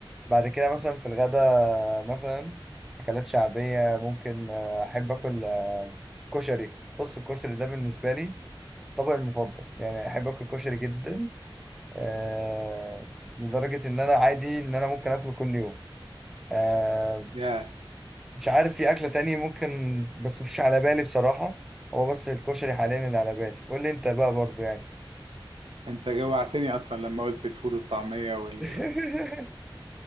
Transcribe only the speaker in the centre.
بعد كده مثلا في الغدا آه، مثلا أكلات شعبية ممكن آه، أحب آكل آه، كشري بص الكشري ده بالنسبة لي طبقي المفضل يعني أحب آكل كشري جدا آه، لدرجة إن أنا عادي إن أنا ممكن آكله كل يوم آه،
مش عارف في أكلة تانية ممكن بس مش على بالي بصراحة هو بس الكشري حاليا اللي على بالي قول لي أنت بقى برضو يعني
<laughs>